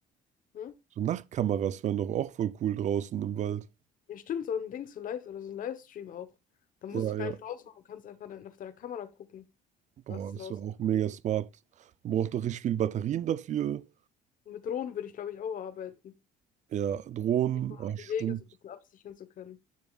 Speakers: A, on the left; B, on the right.
A: Ne?
B: So Nachtkameras wären doch auch voll cool draußen im Wald.
A: Ja, stimmt, so ein Ding, so ein Live oder so ein Livestream auch. Da musst
B: Ja,
A: du gar
B: ja.
A: nicht raus, du kannst einfach dann auf deiner Kamera gucken,
B: Boah,
A: was
B: das
A: draußen
B: wäre auch
A: abgeht.
B: mega smart. Man braucht doch richtig viel Batterien dafür.
A: Und mit Drohnen würde ich, glaube ich, auch arbeiten.
B: Ja, Drohnen.
A: Einfach um
B: Ah, stimmt.
A: die Wege so ein bisschen absichern zu können.